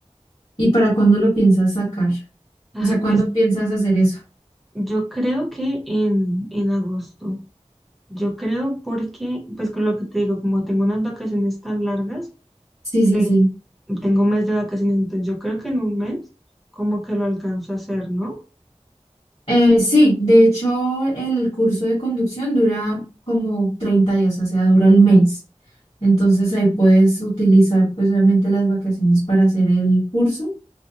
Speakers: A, on the left; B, in the centre.
A: ¿Y para cuándo lo piensas sacar?
B: Ajá,
A: O sea, ¿cuándo
B: pues
A: piensas hacer eso?
B: Yo creo que en, en agosto. Yo creo porque, pues con lo que te digo, como tengo unas vacaciones tan largas,
A: Sí, sí,
B: eh,
A: sí.
B: tengo un mes de vacaciones, entonces yo creo que en un mes como que lo alcanzo a hacer, ¿no?
A: Eh, sí, de hecho, el curso de conducción dura como 30 días, o sea, dura el mes. Entonces ahí puedes utilizar pues obviamente las vacaciones para hacer el curso.